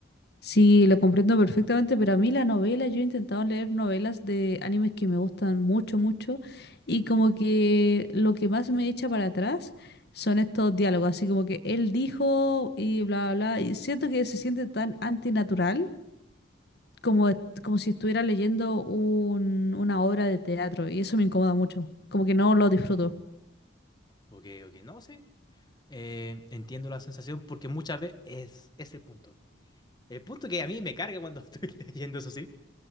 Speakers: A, on the left; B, on the left.
A: Sí, lo comprendo perfectamente, pero a mí la novela, yo he intentado leer novelas de animes que me gustan mucho, mucho, y como que lo que más me echa para atrás son estos diálogos, así como que él dijo y bla, bla, bla, y siento que se siente tan antinatural como, est- como si estuviera leyendo un- una obra de teatro, y eso me incomoda mucho, como que no lo disfruto.
B: Ok, ok, no, sí. eh, entiendo la sensación porque muchas veces es, es el punto. El punto que a mí me carga cuando <laughs> estoy leyendo, eso sí